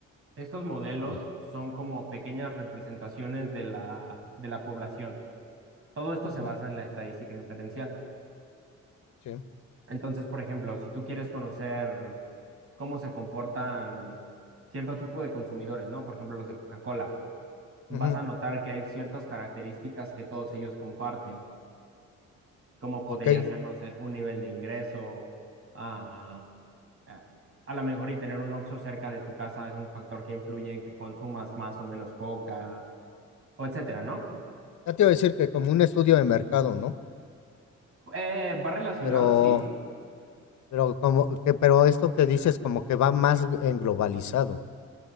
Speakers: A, on the right (about 50°); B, on the left (about 70°).
A: Estos modelos
B: Sí.
A: son como pequeñas representaciones de la, de la población. Todo esto se
B: Ujú,
A: basa en la estadística inferencial.
B: sí.
A: Entonces, por ejemplo, si tú quieres conocer cómo se comportan cierto tipo de consumidores, ¿no? Por ejemplo, los de Coca-Cola, vas
B: Ujú,
A: a notar que hay ciertas características que todos ellos comparten cómo podría
B: okey.
A: ser, no sé, un nivel de ingreso. ah, ah, a lo mejor y tener un Oxxo cerca de tu casa es un factor que influye en que consumas más o menos coca, o etcétera, ¿no?
B: Ya te iba a decir que como un estudio de mercado, ¿no?
A: Eh, va relacionado,
B: Pero
A: sí.
B: pero como que pero esto que dices como que va más g- en globalizado,